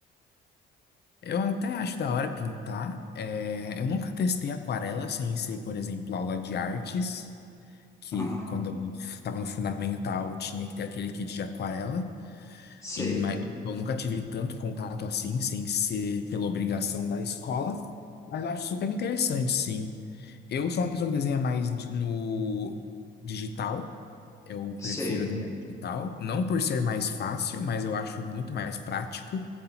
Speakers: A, on the left; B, on the left.
A: Eu até acho da hora pintar. É, eu nunca testei aquarela sem ser, por exemplo, aula de artes, que
B: Aham.
A: quando eu estava no fundamental tinha que ter aquele kit de aquarela.
B: Sei,
A: Em ma- Eu nunca tive tanto contato assim, sem ser pela obrigação da escola. Mas eu acho super interessante, sim. Eu sou uma pessoa que desenha mais di- no digital. Eu
B: sei.
A: prefiro o dinheiro digital, não por ser mais fácil, mas eu acho muito mais prático.